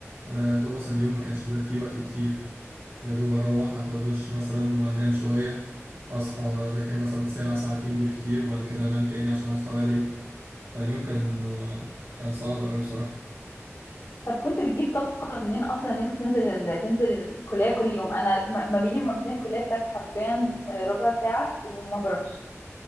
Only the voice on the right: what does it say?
انا يا دوب اصلا اليوم ما كانش بيبقى فيه وقت كتير يا دوب اروح اخد دش مثلا وانام شويه اصحى اذاكر مثلا ساعه ساعتين بالكتير وبعد كده انام تاني عشان اصحى بدري فاليوم كان كان صعب قوي بصراحه